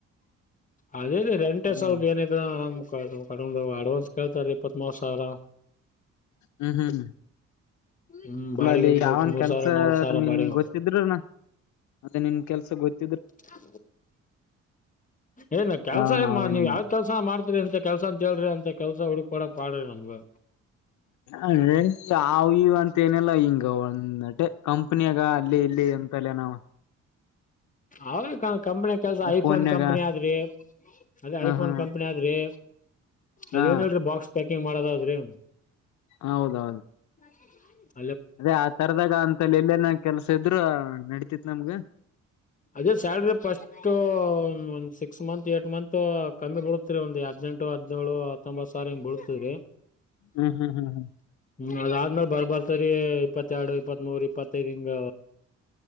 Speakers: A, on the left; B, on the left.
A: ಅದೇ ರ ರೆಂಟೇ
B: ಹ್ಮ್
A: ಸ್ವಲ್ಪ ಏನ ನ ಮುಖರು ಪಕೊಂಡ ಅಡ್ವಾನ್ಸ್ ಕೇಳ್ತಾರಿ ಇಪ್ಪತ್ ಸಾವಿರ
B: ಹ್ಮ ಹ್ಮ್ಮ
A: ಹ್ಮ್
B: ಅಲ್ಲ
A: ಬಾಡಿಗೆ
B: ಅಲ್ಲಿ
A: ಮೂರ್
B: ಯಾವನ್
A: ಮೂರ್
B: ಕೆಲ್ಸ
A: ಸಾವಿರ ನಾಲ್ಕ್ ಸಾವಿರ
B: ನಿನ್
A: ಬಾಡಿಗೆ
B: ಗೊತ್ತಿದ್ರೂನಾ ಮತ್ತೆ ನಿನ್ ಕೆಲಸ ಗೊತ್ತ
A: ಹಾ ಏನ್ ಕೆಲ್ಸ
B: ಯಾವ
A: ಏ
B: ನಾವೇನಂದ
A: ನೀವ್ ಯಾವ ಕೆಲ್ಸ ಮಾಡ್ತರಿ ಅಂತ ಕೆಲ್ಸ ಅಂತ ಹೇಳ್ರಿ ಅಂತ ಕೆಲ್ಸ ಹುಡುಕ ಕೂಡ ಪಾಡ ನಮ್ಗೆ
B: ಅಂದ್ರೆ <unintelligible> ತ್ತೇನೆಲ್ಲಾ ಹಿಂಗ ಒಂದಟೆ ಕಂಪ್ನಿಯಾಗ ಅಲ್ಲಿ ಇಲ್ಲಿ ಎಂತಲ್ಲ ನಾವ
A: ಅವದ ಕ ಕಂಪನಿ ಕೆಲ್ಸ ಐಫೋನ್
B: ಫೋನ್ಯಾಗ
A: ಕಂಪನಿ ಆದ್ರಿ. ಅದೇ
B: ಹ
A: ಐಫೋನ್
B: ಹಾ
A: ಕಂಪನಿ ಆದ್ರಿ,
B: ಹಾ
A: ಅದೇನಲ್ರಿ ಬಾಕ್ಸ್ ಪ್ಯಾಕಿಂಗ್ ಮಾಡೋದದ್ರಿ.
B: ಹೌದೌದು.
A: ಹ
B: ಅದೇ ಆ ತರದಾಗ ಅಂತಲ್ಲಿ ಎಲ್ಲೇ ನ ಕೆಲ್ಸ ಇದ್ರು ನಡತಿತ್ ನಮ್ಗೇ
A: ಅದೇ ಸ್ಯಾಲ್ರಿ ಫಸ್ಟ್ ಒ ಸಿಕ್ಸ್ ಮಂತ್ ಏಟ್ ಮಂತ್ ಕಮ್ಮಿ ಬಿಳತ್ತರಿ ಒಂದ ಎ ಹದಿನೇಂಟು ಹದ್ನೇಳು ಹತ್ತೊಂಬತ್ ಸಾವಿರ ಹಿಂಗ ಬೀಳ್ತಿದ್ರಿ
B: ಹ್ಮ್ ಹ್ಮ್ ಹ್ಮ್ ಹ್ಮ್
A: ಹ್ಮ್ ಅದಾದ್ಮೇಲೆ ಬರ್ಬಾರತ ಇಪ್ಪತ್ತೆರಡು ಇಪ್ಪತ್ ಮೂರ್ ಇಪ್ಪತ್ತೈದು್ ಹಿಂಗ